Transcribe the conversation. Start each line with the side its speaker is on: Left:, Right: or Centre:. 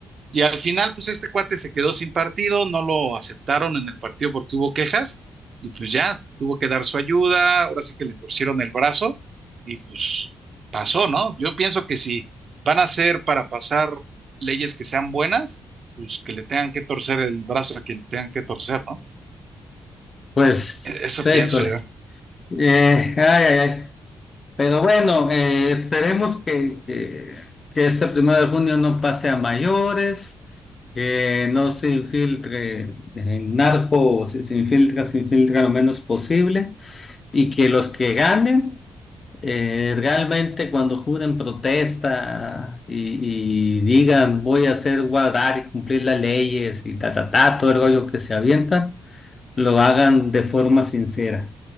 Right: Y al final, pues este cuate se quedó sin partido, no lo aceptaron en el partido porque hubo quejas y pues ya tuvo que dar su ayuda, ahora sí que le torcieron el brazo y pues pasó, ¿no? Yo pienso que si van a ser para pasar leyes que sean buenas, pues que le tengan que torcer el brazo a quien le tengan que torcer, ¿no?
Left: pues,
Right: E- Eso
Left: híjole.
Right: pienso yo.
Left: Eh, ay, ay, ay. Pero bueno, eh, esperemos que, que, que este primero de junio no pase a mayores, que no se infiltre el narco, o si se infiltra, se infiltra lo menos posible, y que los que ganen. Eh, realmente cuando juren protesta y, y digan voy a hacer guardar y cumplir las leyes y ta, ta, ta, todo el rollo que se avientan, lo hagan de forma sincera